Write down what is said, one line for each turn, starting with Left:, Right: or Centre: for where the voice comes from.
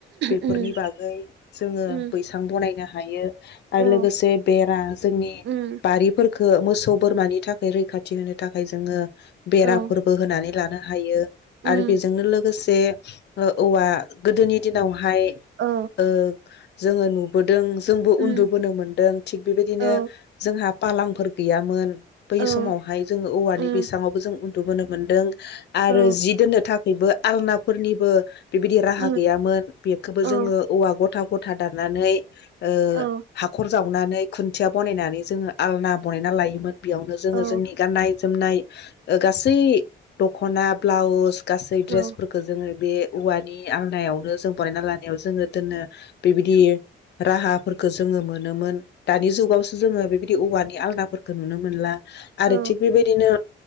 Left: बेफोरनि
Right: उम
Left: बागै जोङो
Right: उम
Left: बैसां बनायनो हा हायो आरो
Right: औ
Left: लोगोसे बेरा जोंनि
Right: उम
Left: बारि फोर मोसौ बोरमानि थाखाय रैखाथि होनो थाखाय जोङो बेराफोरबो
Right: औ
Left: होनानै लानो हायो।
Right: उम
Left: आरो बेजोंनो लोगोसे बे ओ औवा गोदोनि दिनावहाय
Right: औ
Left: ओ जोङो नुबोद जों जोंबो
Right: उम
Left: उन्दुबोनो मोनदों थिग बेबायदिनो
Right: औ
Left: जोंहा फालांफोर गैयामोन बै
Right: औ
Left: समावहाय जोङो औवानि
Right: उम
Left: बैसामावबो जों नुबोनो मोनदों। आरो
Right: औ
Left: जि दोननो थाखायबो आलनाफोरनिबो <inaudible> बेबायदि राहा
Right: उम
Left: गैयामोन बेखौबो
Right: औ
Left: जोङो औवा गथा गथा दाननानै ओ
Right: औ
Left: हाखर जावनानै खुन्थिया बनायनानै जोङो आलना बनायना लायोमोन। बेयावनो जोङो
Right: औ
Left: जोंनि गानाय जोमनाय गासै दाखना ब्लाउस गासै
Right: औ
Left: ड्रेस फोरफोरखो जोङो बे औवानि आलनायावनों जों बरानायना लानायाव जोङो दोननो बेबायदि राहाफोरखौ जोङो मोनोमोन। दानि जुगावसो जोङो बि बिदि औवानि आलदाफोरखौ नुनो मोनला। आरो
Right: औ
Left: थिग बेबायदिनो